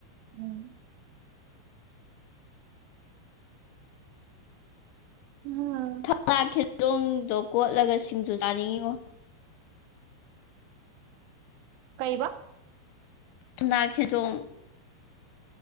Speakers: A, on the right; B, on the left.
A: ꯎꯝ꯫ <unintelligible>
B: ꯊꯧꯅꯥ ꯈꯦꯖꯣꯡꯗꯣ ꯀꯣꯠꯂꯒ ꯁꯤꯡꯖꯨ ꯆꯥꯅꯤꯡꯉꯤꯉꯣ꯫
A: ꯀꯩꯕ꯫
B: ꯊꯝꯅꯥ ꯈꯦꯖꯣꯡ꯫